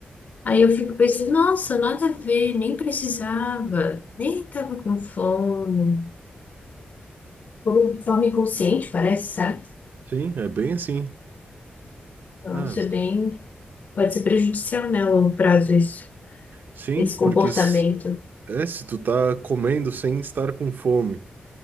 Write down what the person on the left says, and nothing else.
Aí eu fico pensando, nossa, nada a ver, nem precisava, nem tava com fome. Como de forma inconsciente, parece, sabe?
Então
isso
é bem, pode ser prejudicial, né, a longo prazo, isso,
esse
comportamento.